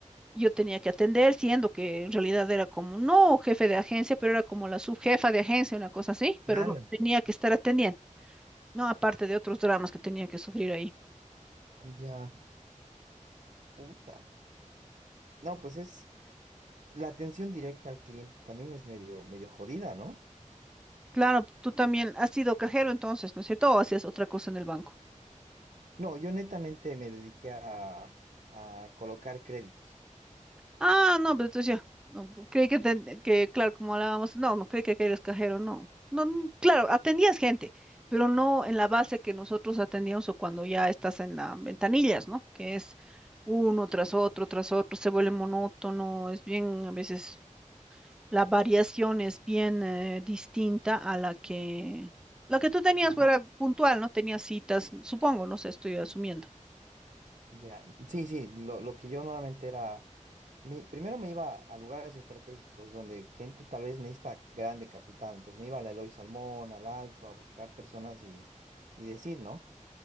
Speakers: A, in the centre; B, on the right.
A: yo tenía que atender, siendo que en realidad era como, no jefe de agencia, pero era como la subjefa de agencia, una cosa así, pero
B: claro,
A: no tenía que estar atendiendo, no, aparte de otros dramas que tenía que sufrir ahí.
B: ya, puta. No, pues es la atención directa al cliente también es medio, medio jodida, ¿no?
A: Claro, tú también has sido cajero entonces, ¿no es cierto? ¿O hacías otra cosa en el banco?
B: No, yo netamente me dediqué a, a colocar créditos.
A: Ah, no, pues entonces ya. No, pu- creí que, ten- que, claro, como hablábamos, no, no creí que, que eres cajero, no. No, n- claro, atendías gente, pero no en la base que nosotros atendíamos o cuando ya estás en las ventanillas, ¿no? Que es uno tras otro, tras otro, se vuelve monótono, es bien, a veces la variación es bien eh, distinta a la que, la que tú tenías
B: Ah,
A: fuera puntual, ¿no? Tenías citas, supongo, no sé, estoy asumiendo.
B: ya. Sí, sí, lo, lo que yo normalmente era, mi- primero me iba a lugares estratégicos donde gente tal vez necesita grande capital. Entonces me iba a Eloy Salmón, al Alto, a buscar personas y, y decir, ¿no?